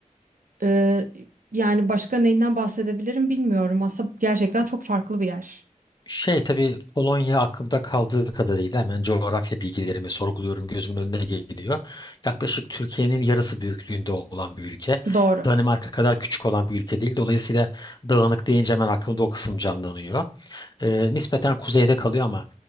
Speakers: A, on the right; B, on the left.
A: Ee, yani başka neyinden bahsedebilirim bilmiyorum. Aslında gerçekten çok farklı bir yer.
B: Şey tabii Polonya aklımda kaldığı kadarıyla hemen coğrafya bilgilerimi sorguluyorum gözümün önüne geliyor. Yaklaşık Türkiye'nin yarısı büyüklüğünde olan bir ülke.
A: Doğru,
B: Danimarka kadar küçük olan bir ülke değil. Dolayısıyla dağınık deyince hemen aklımda o kısım canlanıyor. Ee, nispeten kuzeyde kalıyor ama